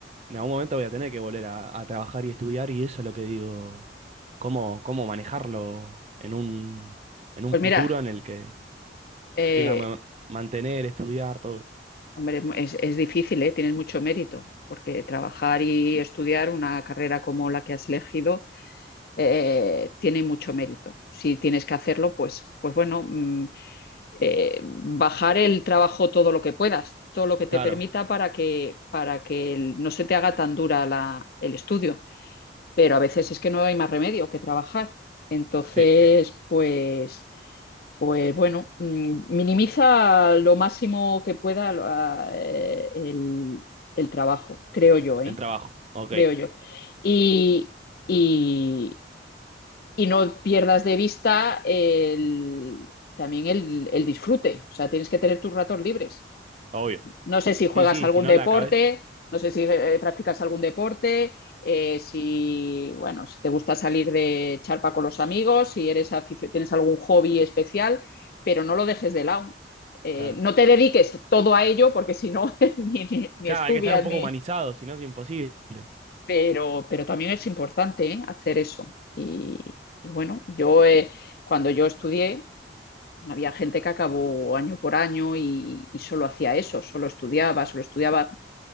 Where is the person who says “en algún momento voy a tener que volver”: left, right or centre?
Right